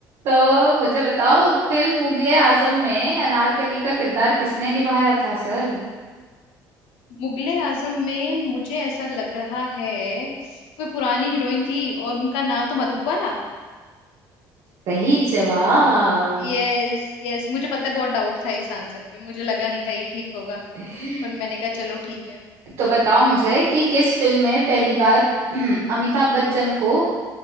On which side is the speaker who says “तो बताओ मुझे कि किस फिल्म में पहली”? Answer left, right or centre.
Right